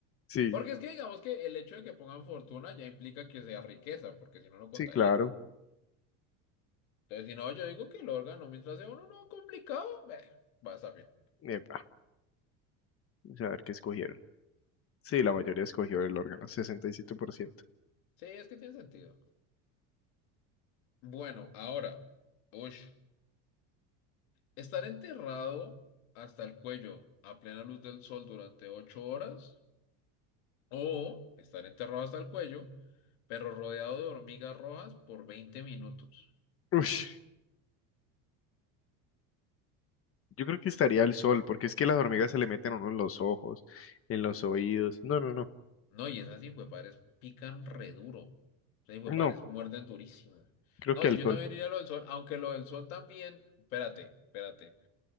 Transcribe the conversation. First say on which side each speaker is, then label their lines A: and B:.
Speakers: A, on the left (about 35°); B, on the left (about 80°).
A: Sí,
B: Porque es que digamos que el hecho de que pongan fortuna ya implica que sea riqueza, porque si no, no contaría.
A: sí, claro.
B: Entonces, si no, yo digo que el órgano, mientras sea uno no complicado, eh, va a estar bien.
A: Epa, vamos a ver qué escogieron. Sí, la mayoría escogió el órgano, 67%.
B: Sí, es que tiene sentido. Bueno, ahora. Uy. Estar enterrado hasta el cuello a plena luz del sol durante ocho horas o estar enterrado hasta el cuello, pero rodeado de hormigas rojas por 20 minutos.
A: Ush, yo creo que estaría el sol, porque es que las hormigas se le meten a uno en los ojos, en los oídos. No, no, no.
B: No, y esas hijuepadres pican re duro. Esas hijuepadres
A: No,
B: muerden durísimo.
A: creo
B: No,
A: que
B: si
A: el
B: yo
A: sol.
B: también iría a lo del sol, aunque lo del sol también, espérate, espérate,